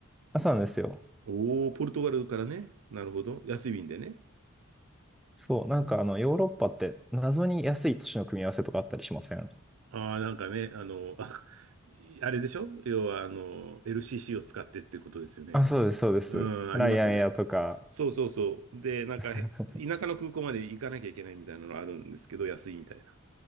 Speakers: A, in the centre; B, on the right.
A: 朝なんですよ。
B: おー、ポルトガルからね。なるほど。安い便でね。
A: そう、なんかあの、ヨーロッパって謎に安い都市の組み合わせとかあったりしません
B: ああ、なんかね、あの、<laughs> あ、あれでしょ要は、あの、LCC を使ってってことですよね。
A: あ、そうです、そうです。
B: うん、
A: ライアンエアとか。
B: ありますね。そうそうそう。で、なんか、
A: <laughs>
B: へ田舎の空港まで行かなきゃいけないみたいなのあるんですけど、安いみたいな。